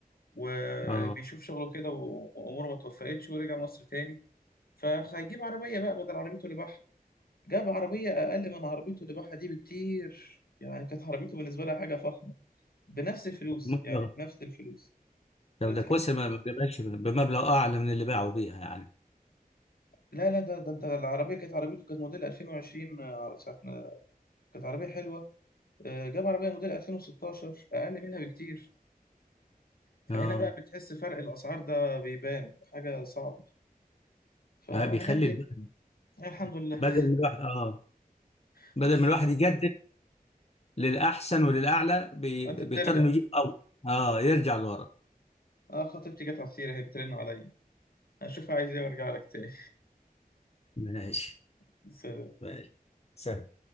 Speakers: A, on the left; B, on the left.
A: وبيشوف
B: اه
A: شغله كده و- وأموره ما توفقتش ورجع مصر تاني فهيجيب عربية بقى بدل عربيته اللي باعها جاب عربية أقل من عربيته اللي باعها دي بكتير يعني كانت عربيته بالنسبة لها حاجة فخمة بنفس الفلوس
B: مبلغ
A: يعني بنفس الفلوس
B: طب
A: فتحس
B: ده كويس ما
A: إن-
B: ما بيبقاش بمبلغ اعلى من اللي باعوا بيها يعني
A: لا لا ده ده انت العربية كانت عربيته كانت موديل 2020 آه، ساعة ما كانت عربية حلوة آه، جاب عربية موديل 2016 أقل منها بكتير فهنا
B: اه
A: بقى بتحس فرق الأسعار ده بيبان حاجة صعبة فهنعمل
B: آه، بيخلي الواحد
A: إيه؟ آه، الحمد لله
B: بدل ما الواحد اه
A: <laughs>
B: بدل
A: بالظبط
B: ما الواحد يجدد للاحسن وللاعلى بي-
A: أنت
B: بيضطر
A: بترجع
B: انه يجيب اول اه يرجع لورا
A: أه خطيبتي جت على السيرة هي بترن عليا أشوفها عايز إيه وأرجع لك تاني
B: ماشي
A: <laughs> سلام
B: ماشي. سلام